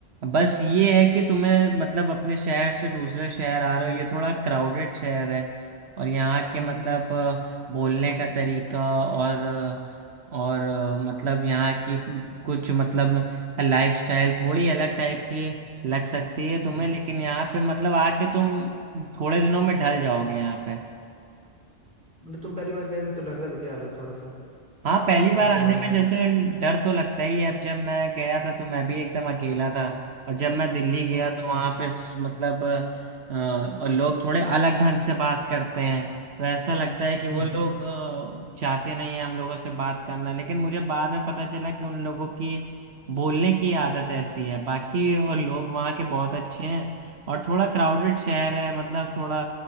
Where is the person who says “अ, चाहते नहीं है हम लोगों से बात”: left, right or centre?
Right